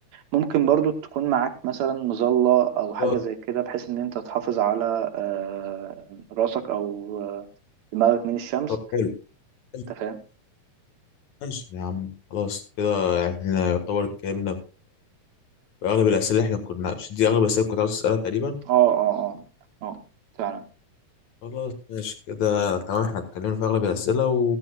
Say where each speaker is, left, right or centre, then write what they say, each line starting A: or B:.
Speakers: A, on the right; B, on the left.
A: ممكن برضو تكون معاك مثلا مظلة أو حاجة
B: خلاص،
A: زي كده بحيث إن أنت تحافظ على آه، راسك أو آه، دماغك من الشمس
B: طب حلو حلو،
A: أنت فاهم؟
B: ماشي يا عم خلاص كده يعني احنا يعتبر اتكلمنا اغلب الاسئله اللي احنا كنا دي اغلب الاسئله اللي كنت عاوز اسالها تقريبا
A: أه أه أه أه فعلا
B: خلاص ماشي كده تمام احنا اتكلمنا في اغلب الاسئله و...